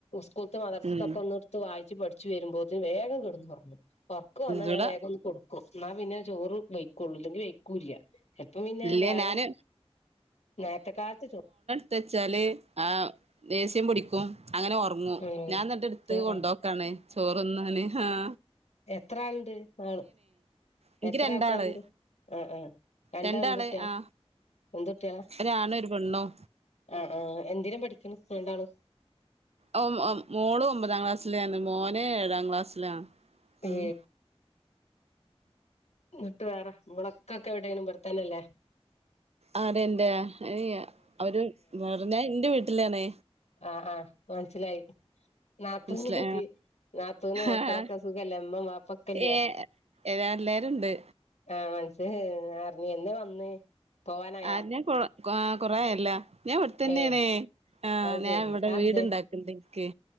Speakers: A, on the left; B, on the right.
A: സ്കൂത്ത് മദർസൊക്കെ
B: ഉം
A: ഒന്ന എടുത്ത് വായി പച്ച് പഠിച്ചച്ച് വരുമ്പോന് വേം കിടന്ന്റങ്ങുറക്ക വന്നാൽഞാൻ
B: ഇവിടെ
A: വേഗം ഒന്ന് കൊടുക്കും എന്നാ പിന്നെ ചോറ് വയ്ക്കുള്ളൂ അല്ലെങ്കിൽ വെക്കൂല്ല ചപ്പം പിന്നെ
B: ഇല്ല
A: വേഗം
B: ഞാന്
A: നേത്തെ കാലത്ത്ോ
B: എ വെച്ചാല് ആ ദേസ്യം പിൊടിക്കും അങ്ങനെ ഉറങ്ങും
A: ഉം
B: ഞാൻ എന്നിട്ട് എടുത്ത്
A: ആ
B: കൊണ്ടുപോക്കാണ്
A: ആ
B: ചോറൊന്നാനെ ആഹ
A: എത്രുണ്ട് ആള
B: എനിക്ക്
A: എത്ര
B: രണ്ടാള്
A: ആൾക്കാരുണ്ട് ആ ആഹ രണ്ടാ
B: രണ്ടാള്
A: എന്തുട്ടിയാ
B: ആഹ്
A: എന്തട്ടിയാ
B: ഒരാണും ഒരു പെണ്ണും
A: ആ ആ എന്തിനാ പഠിക്കണം എന്താണ്
B: ഓ മോള് ഒമ്പതാം ക്ലാസ്സില ആാണ് മോന ഏഴാം ക്ലാസ്സിലാണ്
A: ഏ
B: ഉം
A: ഇട്ട് വേറെ മളക്കൊക്കെ എവിടെനും വർത്താനല്ലേ
B: ആത എന്റെറെ അവര് വേറെഞ്ഞഞാ എറെ വീട്ടിലാണേ
A: ആഹ് ആഹ് മനസ്സിലായി നത്രന്നട്ട
B: മനസ്സിലാ
A: നാത്തൂന മക്കളൊക്കെ
B: ആഹ്
A: സുഖല്ലേ എമ്മ മാപ്പക്കല്ലേ
B: ഏ എല്ലാരും ഉണ്ട്
A: ആഹ് മനസ്സ് അറിഞ്ഞന്ന് വന്ന് പോവാനായാ
B: ആഞാ കൊ കൊറല്ല ഞാൻ അവിടെ തന്നെയണേ
A: ഏ
B: ആ്
A: അത്
B: ഞാൻ
A: ശരി
B: ഇവിടെ
A: അതെന്തേ
B: വീട്ണ്ടാക്കണ്ടനിക്ക്